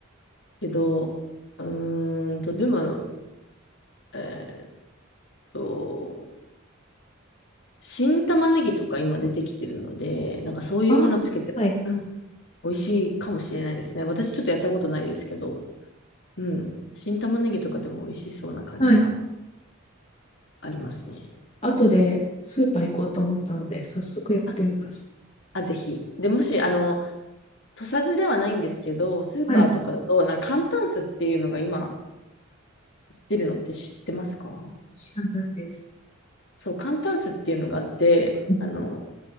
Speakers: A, on the left (about 60°); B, on the left (about 30°).
A: けど、うーんと、でも、えーっと、新玉ねぎとか今出てきてるので、なんかそういうものつけても、
B: あ、はい。
A: うん、美味しいかもしれないですね。私ちょっとやったことないですけど、うん、新玉ねぎとかでも美味しそうな感じが
B: はい。
A: ありますね。
B: 後でスーパー行こうと思ったので、
A: うん。
B: 早速やってみます。
A: ああ、ぜひ。で、もし、あの、土佐酢ではないんですけど、スーパーとかだと、
B: はい。
A: なんか簡単酢っていうのが今出るのって知ってますか
B: 知らないです。
A: そう、簡単酢っていうのがあって、
B: はい。
A: あの、